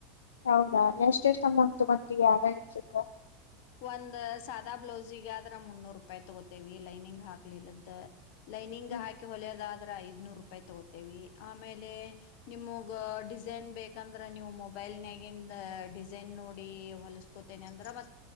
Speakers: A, on the left (about 75°); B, on the left (about 55°).
A: ಹೌದಾ ಎಷ್ಟ ಎಷ್ಟು ಅಮೌಂಟ್ಸ್ ಬಂತೀವಿ ಯಾರ ಇಸಕ್ಕ
B: ಒಂದ್ ಸಾದಾ ಬ್ಲೌಸಗಾದ್ರ ಮುನ್ನೂ ರೂಪಾಯಿ ತಗೋತೇವಿ ಲೈನಿಂಗ್ ಹಾಕ್ಲಿಲ್ಲದ ಲೈನಂಗ
A: ಹ್ಮ್
B: ಹಾಯಕ ಹೊಲ ಅದ ಐದ್ನೂರ್ ರೂಪಾಯಿ ತಗೋತೇವಿ ಆಮೇಲೆ ನಿಮಗ್ ಡಿಸೈನ್ ಬೇಕಂದ್ರ ನೀವು ಮೊಬೈಲ್ ನಗ ಡಿಸೈನ್ ನೋಡಿ ಹೊಲಸ್ಕೋತೇನೆ ಅಂದ್ರ ಮ